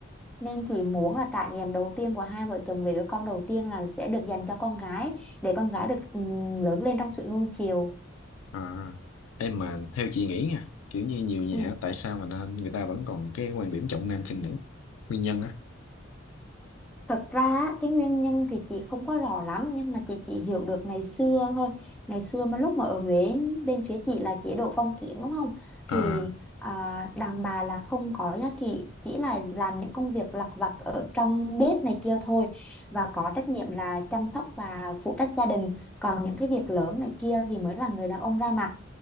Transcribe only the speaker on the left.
à, em mà theo chị nghĩ nha kiểu như nhiều nhà
á, tại sao mà nó- người ta vẫn còn cái quan điểm trọng nam khinh nữ nguyên nhân á
à